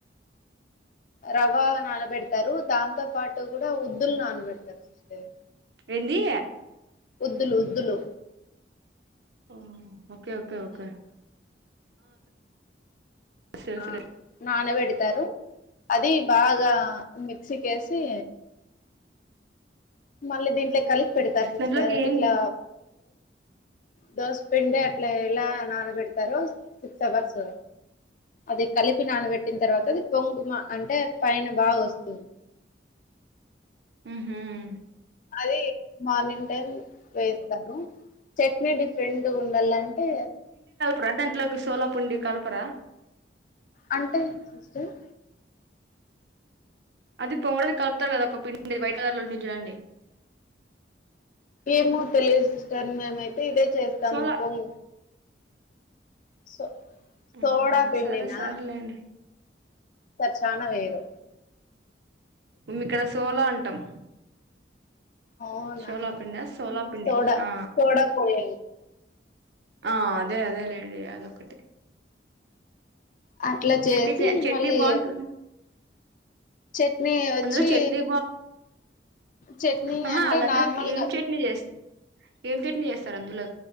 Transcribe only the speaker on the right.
ఏంది
ఓ ఓకే ఓకే ఓకే తెలుసు తెలుసులే
దాంట్లోకి ఏం
ఉమ్
ప్రదెంట్లోకి సోలాపుండి కలపరా
అది పొంగడాది కలుపుతారు కదా ఒక పిండి వైట్ కలర్ లో ఉంటు చూడండి
సోలా
అవునా
సరే సరేలేండి
మేం ఇక్కడ సోలా అంటాం
సోలాపిండి సోలాపిండి
ఆ
ఆ అదే అదే లేండి అదొకటి
చట్నీ
చే చట్నీ
బాగుంటుంది
అందులో చట్నీ
ఆహ
దంట్లోకి
ఏం చట్నీ చేస్త ఏం చట్నీ చేస్తారు అందులో